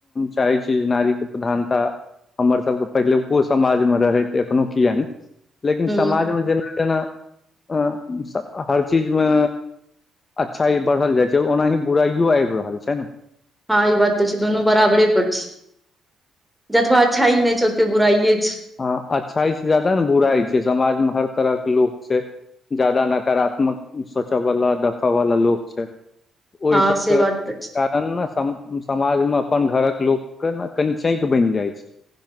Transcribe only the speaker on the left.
चाहै छी जे नारीक के प्रधानता हमर सबके पहिलुको समाजमे रहै, एखनो किये नै लेकिन
समाजमे जेना - जेना अ हर चीजमे अच्छाई बढ़ल जाइ छै, ओनाही बुराइयो ऐब रहल छैन
ह अच्छाइ से जादा न बुराइ छै, समाज मे हर तरह के लोक छै। जादा नकारात्मक सोच वाला देख वाल लोक छै। ओहि
सभ
<unintelligible>
तन न समाज म अपन घरक लोक के ने कनि चैक बैन जै छै।